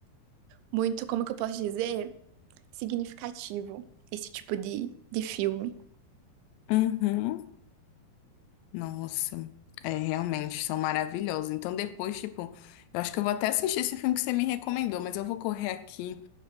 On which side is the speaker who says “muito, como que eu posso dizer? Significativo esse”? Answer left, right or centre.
Right